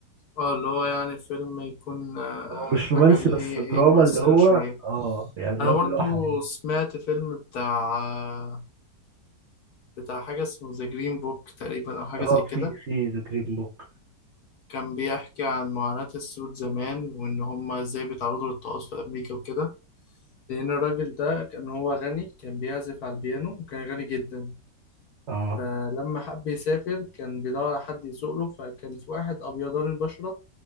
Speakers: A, on the left (about 60°); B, on the right (about 60°).
A: اه اللي هو يعني فيلم يكون آه،
B: هو مش
A: حاجة
B: رومانسي
A: اللي
B: بس
A: هي
B: دراما
A: ايه مؤثرة
B: اللي هو
A: شوية
B: اه يعني دراما
A: انا برضو
B: اللي هو حقيقي.
A: سمعت فيلم بتاع آه، بتاع حاجة اسمه ذا جرين بوك تقريبا او حاجة
B: اه
A: زي كده
B: في في ذا جرين بوك
A: كان بيحكي عن معاناة السود زمان وان هما ازاي بيتعرضوا للطقوس في امريكا وكده لأن الراجل ده كان هو غني كان بيعزف على البيانو وكان غني جدا
B: اه
A: فلما حب يسافر كان بيدور على حد يسوق له فكان في واحد أبيضان البشرة